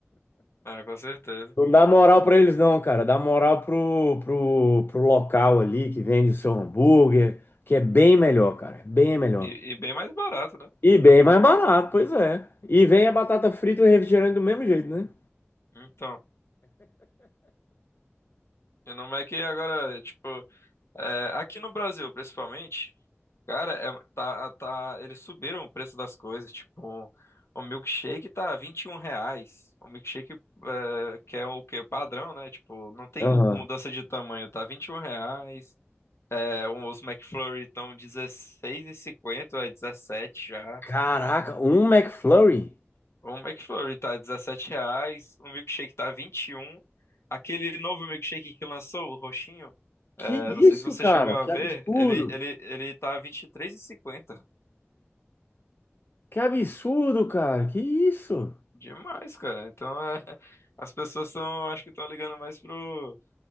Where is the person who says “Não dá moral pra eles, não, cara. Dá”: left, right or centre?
Left